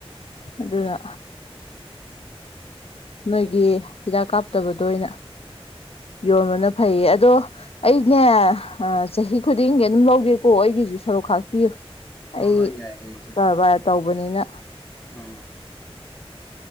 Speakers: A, on the left; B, on the left.
A: ꯑꯗꯨꯅ ꯅꯣꯏꯒꯤ ꯍꯤꯗꯥꯛ ꯀꯥꯞꯇꯕꯗꯣ ꯑꯣꯏꯅ ꯌꯣꯟꯕꯅ ꯐꯩꯌꯦ ꯑꯗꯣ ꯑꯩꯅꯦ ꯑꯥ ꯆꯍꯤ ꯈꯨꯗꯤꯡꯒꯤ ꯑꯗꯨꯝ ꯂꯧꯒꯦꯀꯣ ꯑꯩꯒꯤꯁꯨ ꯁꯔꯨꯛ ꯈꯥꯛꯄꯤꯌꯨ
B: ꯍꯣꯏ
A: ꯑꯩ
B: ꯍꯣꯏ ꯌꯥꯏꯌꯦ ꯏꯆꯦ
A: ꯀꯔꯕꯥꯔ ꯇꯧꯕꯅꯤꯅ
B: ꯎꯝ